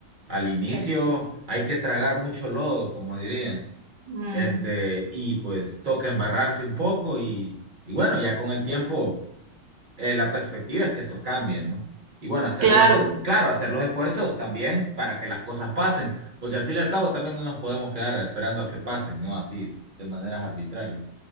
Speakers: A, on the right; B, on the right.
A: Al inicio
B: Claro.
A: hay que tragar mucho lodo, como dirían,
B: Mm,
A: este, y pues toca embarrarse un poco y, y bueno, ya con el tiempo eh, la perspectiva es que eso cambie, ¿no? Y bueno, hacer
B: claro,
A: los, claro, hacer los esfuerzos también para que las cosas pasen, porque al fin y al cabo también no nos podemos quedar esperando a que pasen, ¿no? Así, de maneras arbitrarias.